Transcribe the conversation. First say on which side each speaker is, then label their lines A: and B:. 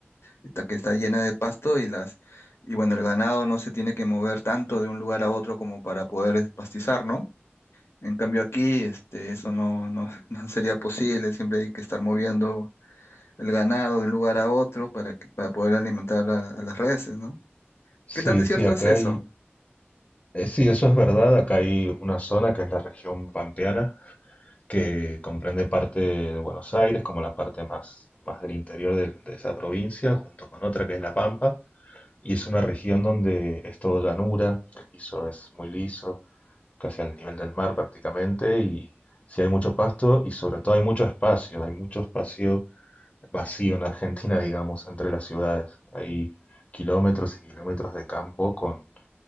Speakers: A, on the left; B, on the left.
A: esta que está llena de pasto y las... Y bueno, el ganado no se tiene que mover tanto de un lugar a otro como para poder pastizar, ¿no? En cambio aquí, este, eso no, no, <laughs> no sería posible, siempre hay que estar moviendo el ganado de un lugar a otro para, que- para poder alimentar a, a las reses, ¿no?
B: Sí,
A: ¿Qué tan desierto
B: sí, acá
A: es eso?
B: hay, Eh, sí, eso es verdad. Acá hay una zona que es la región pampeana, que comprende parte de Buenos Aires, como la parte más, más del interior de, de esa provincia, junto con otra que es La Pampa. Y es una región donde es todo llanura, el piso es muy liso, casi al nivel del mar prácticamente, y sí hay mucho pasto y sobre todo hay mucho espacio, hay mucho espacio vacío en Argentina, <laughs> digamos, entre las ciudades. Hay kilómetros y kilómetros de campo con